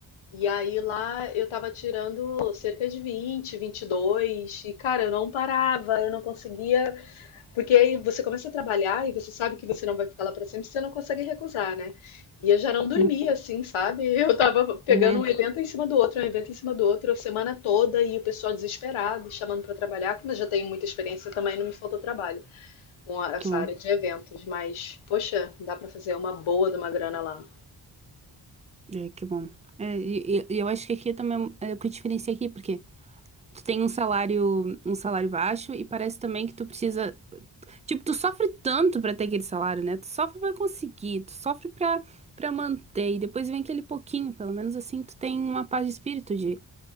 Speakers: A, on the left; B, on the right.
A: E aí lá eu tava tirando cerca de vinte, vinte e dois e cara, eu não parava, eu não conseguia, porque aí você começa a trabalhar e você sabe que você não vai ficar lá pra sempre, você não consegue recusar, né? E eu já não dormia
B: Uhum.
A: assim, sabe? <laughs> Eu tava pegando
B: Uhum.
A: um evento em cima do outro, um evento em cima do outro, a semana toda, e o pessoal desesperado, chamando pra trabalhar, Mas já tenho muita experiência também, não me faltou trabalho com a- essa
B: Que bom.
A: área de eventos, mas poxa, dá pra fazer uma boa de uma grana lá.
B: É, que bom. É, e, e- e eu acho que aqui é também é o que diferencia aqui, porque tu tem um salário, um salário baixo e parece também que tu precisa, tipo, tu sofre tanto pra ter aquele salário, né? Tu sofre pra conseguir, tu sofre pra para manter e depois vem aquele pouquinho, pelo menos assim tu tem uma paz de espírito de